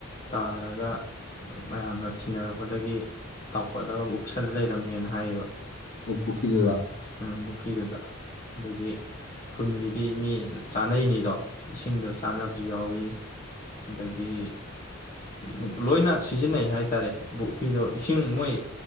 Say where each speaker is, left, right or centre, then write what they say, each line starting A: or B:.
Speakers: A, on the left; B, on the left.
A: ꯇꯥꯔꯒ ꯃꯌꯥꯝꯅ ꯊꯤꯟꯅꯔꯛꯄꯗꯒꯤ ꯆꯥꯎꯥꯎꯈꯠꯂꯒ ꯎꯞꯁꯜꯂ ꯂꯩꯔꯝꯃꯦꯅ ꯍꯥꯏꯌꯦꯕ
B: ꯑꯣ ꯄꯨꯨꯈꯔ꯭ꯤ ꯗꯨꯗ
A: ꯎꯝ ꯄꯨꯈ꯭ꯔꯤꯗꯨꯗ ꯑꯗꯒꯤ ꯈꯨꯟꯒꯤꯗꯤ ꯃꯤ ꯆꯥꯅꯩꯅꯤꯗꯣ ꯏꯁꯤꯡꯗꯣ ꯆꯥꯅꯕꯁꯨ ꯌꯥꯎꯏꯤ ꯑꯗꯒꯤ ꯎ ꯂꯣꯏꯅ ꯁꯤꯖꯤꯟꯅꯩ ꯍꯥꯏꯇꯥꯔꯦ ꯄꯨꯈ꯭ꯔꯤꯗꯣ ꯏꯁꯤꯡ ꯃꯣꯏ